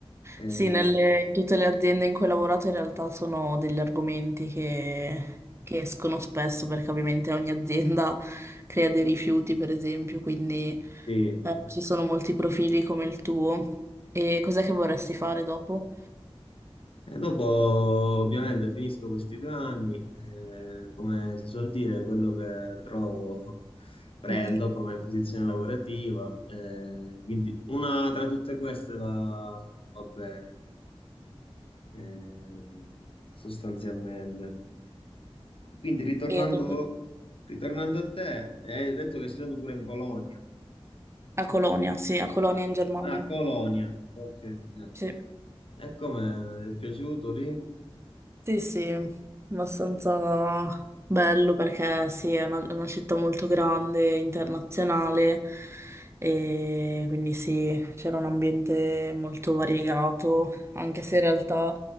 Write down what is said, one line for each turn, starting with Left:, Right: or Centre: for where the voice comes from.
Left: eh,
Right: Sì, nelle- in tutte le aziende in cui ho lavorato in realtà sono degli argomenti che, che escono spesso perché ovviamente ogni azienda <laughs> crea dei rifiuti, per esempio, quindi
Left: sì,
Right: eh, ci sono molti profili come il tuo. E cos'è che vorresti fare dopo?
Left: E dopo ovviamente finisco questi due anni, eh, come si suol dire, quello che trovo <laughs> prendo
Right: Mm.
Left: come posizione lavorativa, eh, quindi una tra tutte queste va, va bene, ehm, sostanzialmente. Quindi ritornando,
Right: E dove?
Left: ritornando a te, hai detto che hai studiato pure in Polonia.
Right: A Colonia, sì, a Colonia
Left: Ah,
Right: in Germania.
Left: ah, Colonia, ok, ok.
Right: Sì.
Left: E come ti è piaciuto lì?
Right: Sì, sì, abbastanza bello perché sì, è una, è una città molto grande, internazionale e quindi sì, c'era un ambiente molto variegato, anche se in realtà,